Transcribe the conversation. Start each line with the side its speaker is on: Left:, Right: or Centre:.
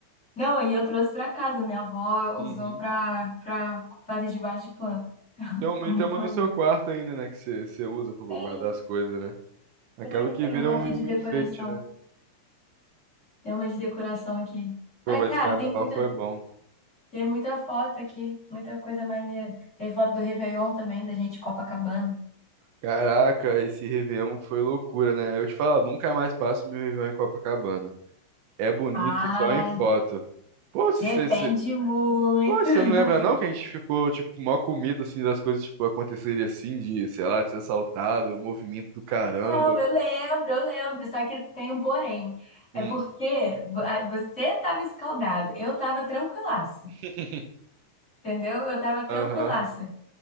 Left: não, e eu trouxe pra casa. Minha avó
Right: Uhum.
Left: usou pra, pra fazer de vaso de planta.
Right: Tem uma,
Left: Ficou
Right: e tem
Left: muito
Right: uma
Left: maneiro.
Right: no seu quarto ainda, né? Que você, você usa pra guardar
Left: É,
Right: as coisas, né? Acaba
Left: e
Right: que
Left: tem
Right: vira
Left: uma
Right: um
Left: aqui de
Right: um
Left: decoração.
Right: enfeite, né?
Left: Tem uma de decoração aqui.
Right: Pô,
Left: Mas,
Right: mas
Left: cara,
Right: carnaval
Left: tem muita.
Right: foi bom.
Left: Tem muita foto aqui, muita coisa maneira. Tem foto do Réveillon também, da gente, Copacabana.
Right: Caraca, esse Réveillon foi loucura, né? Eu te falo, nunca mais passo meu Réveillon em Copacabana. É bonito
Left: Ah,
Right: só em foto. Pô, se
Left: depende
Right: você
Left: muito.
Right: Pô, você não lembra
Left: <laughs>
Right: não que a gente ficou, tipo, mó com medo, assim, das coisas, tipo, acontecerem assim, de, sei lá, de ser assaltado, o movimento do caramba.
Left: Não, eu lembro, eu lembro. Só que tem um porém. É
Right: Hum,
Left: porque vo- a- você tava escaldado, eu tava tranquilaça.
Right: <laughs>
Left: Entendeu? Eu tava tranquilaça.
Right: aham,